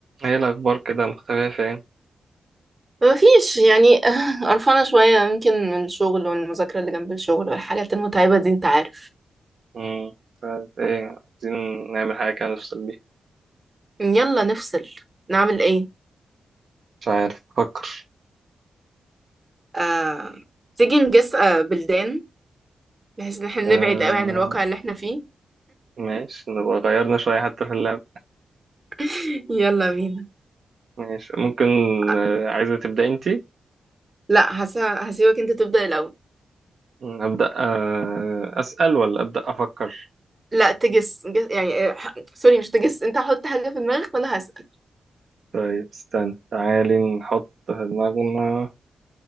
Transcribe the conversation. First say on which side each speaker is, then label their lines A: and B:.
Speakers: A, on the right; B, on the right.
A: ايه الأخبار كده مختفية فين؟
B: ما فيش يعني <laughs> قرفانة شوية يمكن من الشغل والمذاكرة اللي جنب الشغل والحاجات المتعبة دي انت عارف
A: مم. طيب ايه عايزين نعمل حاجة كده نفصل بيها
B: يلا نفصل نعمل ايه
A: مش عارف بفكر
B: آه... تيجي نجس آه بلدان بحيث ان احنا نبعد
A: آه...
B: قوي عن الواقع اللي احنا فيه
A: ماشي نبقى غيرنا شوية حتى في اللعب
B: <laughs> يلا بينا
A: ماشي ممكن
B: آه،
A: آه... عايزة تبدأ انتي؟
B: لا هس... هسيبك انت تبدأ الأول
A: مم، أبدأ آه... أسأل ولا أبدأ أفكر؟
B: لا تجس جس... يعني آه، ح- سوري مش تجس انت حط حاجة في دماغك وانا هسأل
A: طيب استنى تعالي نحط في دماغنا